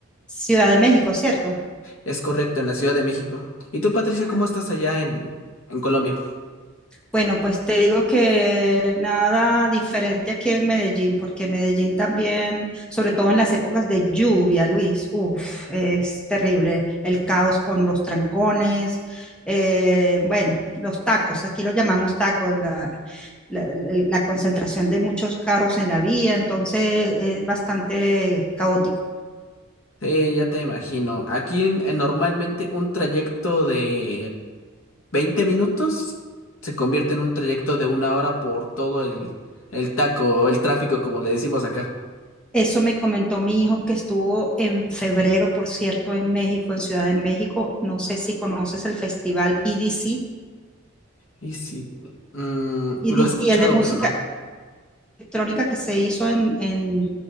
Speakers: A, in the centre; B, on the left.
A: Ciudad de México, ¿cierto?
B: Es correcto, en la Ciudad de México. ¿Y tú, Patricia,
A: Ah.
B: cómo estás allá en, en Colombia?
A: Bueno, pues te digo que nada diferente aquí en Medellín, porque Medellín también, sobre todo en las épocas de lluvia, Luis, uff, es terrible. El caos con los trancones, eh, bueno, los tacos, aquí lo llamamos tacos, la, la, la- la concentración de muchos carros en la vía, entonces es bastante caótico.
B: Sí, ya te imagino. Aquí eh, normalmente un trayecto de 20 minutos se convierte en un trayecto de una hora por todo el, el taco, el tráfico, como le decimos acá.
A: Eso me comentó mi hijo que estuvo en febrero, por cierto, en México, en Ciudad de México. No sé si conoces el festival EDC,
B: Y sí, mm,
A: EDC,
B: lo he escuchado,
A: el de música
B: pero no.
A: electrónica que se hizo en, en,